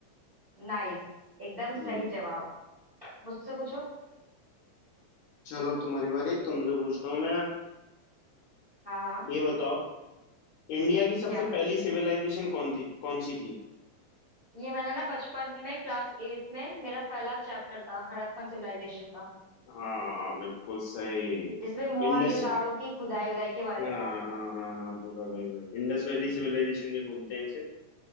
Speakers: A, on the right; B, on the left.
A: नाइस एकदम
B: हम्म
A: सही जवाब मुझसे पूछो
B: चलो अब तुम्हारी बारी तुमसे पूछता हूँ मैं
A: हाँ हाँ
B: ये बताओ इंडिया की सबसे
A: क्या
B: पहली सिविलाइजेशन कौन थी कौन सी थी
A: ये मैंने ना बचपन में क्लास एट्थ में मेरा पहला चैप्टर था हड़प्पन सिविलाइजेशन का
B: हाँ बिल्कुल सही
A: जिसमें मोहनजोदाड़ो
B: इंडस
A: की खुदाई वुदाई के बारे
B: हाँ
A: में था
B: हाँ हाँ हाँ पूरा वही वही इंडस वैली सिविलाइजेशन भी बोलते हैं इसे